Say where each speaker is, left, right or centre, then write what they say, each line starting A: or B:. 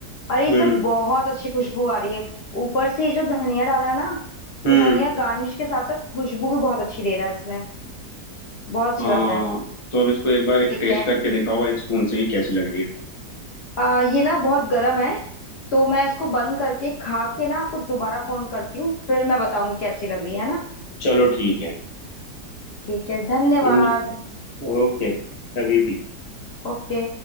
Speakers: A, on the left; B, on the left.
A: अरे
B: हम्म
A: इसे बहुत अच्छी खुशबू आ रही है ऊपर से ये जो धनिया डाला है ना
B: हम्म
A: तो धनिया गार्निश के साथ साथ खुशबू भी बहुत अच्छी दे रहा है इसमें बहुत अच्छा
B: हाँ
A: लग रहा है
B: तो अब इसको एक बार
A: ठीक
B: एक टेस्ट
A: है
B: करके दिखाओ एक स्पून से ही कैसी लग रही है
A: आ, ये ना बहुत गर्म है तो मैं इसको बंद करके खा के ना आपको दोबारा फोन करती हूँ फिर मैं बताऊंगी कैसी लग रही है ना
B: चलो ठीक है
A: ठीक है धन्यवाद
B: इन ओके कभी भी
A: ओके